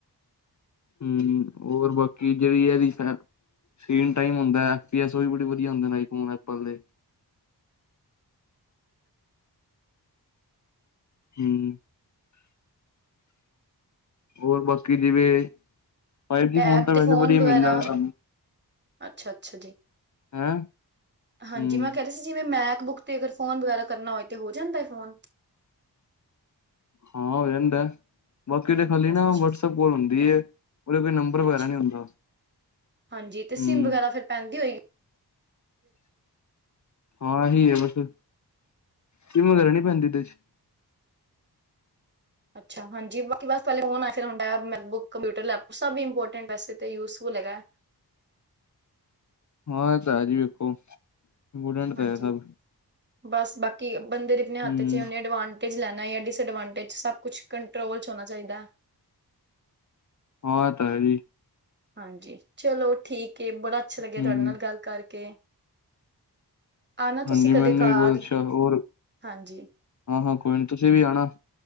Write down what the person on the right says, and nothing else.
ਟੈਬ
ਤੇ
ਵਗੈਰਾ
ਅੱਛਾ ਅੱਛਾ ਜੀ
ਹਾਂਜੀ,
ਮੈਂ ਕਹਿ ਰਹੀ ਸੀ ਜਿਵੇਂ ਮੈਂ ਬੁੱਕ ਤੇ ਅਗਰ ਫੋਨ ਵਗੈਰਾ ਕਰਨਾ ਹੋਏ, ਤੇ ਹੋ ਜਾਂਦਾ ਹੈ ਫੋਨ?
ਅੱਛਾ
ਅੱਛਾ
ਹਾਂਜੀ ਤੇ ਸਿਮ
ਵਗੈਰਾ ਫਿਰ ਪੈਂਦੀ ਹੋਏਗੀ
ਅੱਛਾ ਹਾਂਜੀ ਬਾਕੀ ਬਸ ਹੁਣ ਟੈਬ, ਮੈਕਬੁੱਕ, ਕੰਪਿਊਟਰ, ਲੈਪਟੋਪ ਸਭ ਇਪੋਰਟੈਂਟ ਵੈਸੇ ਤਾਂ ਯੂਜਫੁੱਲ ਹੈਗਾ।
ਹਾਂਜੀ
ਬਸ ਬਾਕੀ ਬੰਦੇ ਦੇ ਆਪਣੇ
ਹੱਥ 'ਚ ਏ ਉਹਨੇ ਅਡਵਾਂਟੇਜ ਲੈ ਨਾ ਜਾ ਡਿਸਾਆਡਵਾਂਟੇਜ, ਸਭ ਕੁਛ ਕੰਟਰੋਲ 'ਚ ਹੋਣਾ ਚਾਹੀਦਾ।
ਹਾਂਜੀ ਚਲੋ ਠੀਕ ਏ ਬੜਾ ਅੱਛਾ ਲੱਗਿਆ
ਤੁਹਾਡੇ ਨਾਲ ਗੱਲ ਕਰਕੇ। ਆਣਾ ਤੁਸੀਂ
ਕਦੇ
ਘਰ
ਹਾਂਜੀ